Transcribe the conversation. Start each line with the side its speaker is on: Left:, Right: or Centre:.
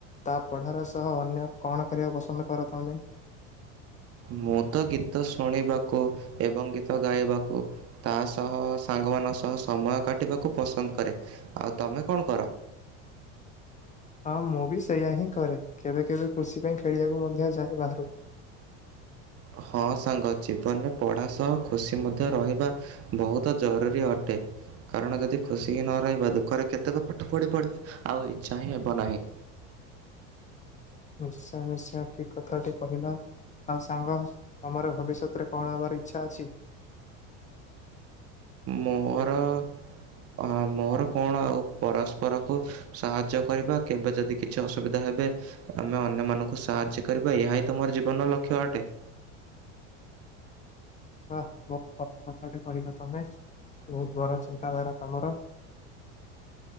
Left: ତା ପଢାର ସହ ଅନ୍ୟ କଣ କରିବାକୁ ପସନ୍ଦ କର ତମେ?
Right: ମୁଁ ତ ଗୀତ ଶୁଣିବାକୁ ଏବଂ ଗୀତ ଗାଇବାକୁ ତା ସହ ସାଙ୍ଗ ସାଙ୍ଗମାନଙ୍କ ସହ ସମୟ କାଟିବାକୁ ପସନ୍ଦ କରେ ଆଉ ତମେ କଣ କର?
Left: <inaudible> ହଁ ମୁଁ ବି ସେଇୟା ହିଁ କରେ କେବେ କେବେ ଖୁସି ପାଇଁ ଖେଳିବାକୁ ମଧ୍ୟ ଯାଏ ବାହାରକୁ। <inaudible>
Right: ହଁ ସାଙ୍ଗ ଜୀବନରେ ପଢା ସହ ଖୁସି ମଧ୍ୟ ରହିବା ବହୁତ ଜରୁରୀ ଅଟେ। କାରଣ ଯଦି ଖୁସି ହିଁ ନ ରହିବା ଦୁଃଖରେ କେତେକ ପାଠ ପଢି ପଢି ଆଉ ଇଚ୍ଛା ହିଁ ହେବ ନାହିଁ।
Left: ନିଶ୍ଚୟ ନିଶ୍ଚୟ ଠିକ କଥାଟି କହିଲ। ଆଉ ସାଙ୍ଗ ତମର ଭବିଷ୍ୟତରେ କଣ ହେବାର ଇଚ୍ଛା ଅଛି?
Right: ମୋର ଅ ମୋର କଣ ଆଉ ପରସ୍ପର କୁ ସାହାଯ୍ୟ କରିବା କେବେ ଯଦି କିଛି ଅସୁବିଧା ହେ ଏବେ ଆମେ ଅନ୍ୟମାନଙ୍କୁ ସାହାଯ୍ୟ କରିବା ଏହା ହିଁ ତ ମୋର ଜୀବନର ଲକ୍ଷ୍ୟ ଅଟେ।
Left: <inaudible> <unintelligible> କଥାଟେ କହିଲ ତମେ ବହୁତ <unintelligible> ଚିନ୍ତାଧାରା ତମର